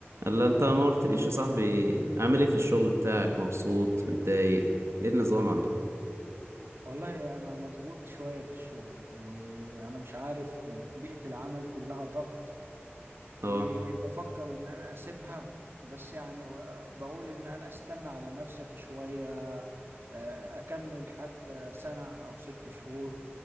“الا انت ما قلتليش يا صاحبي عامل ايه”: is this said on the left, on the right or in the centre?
Right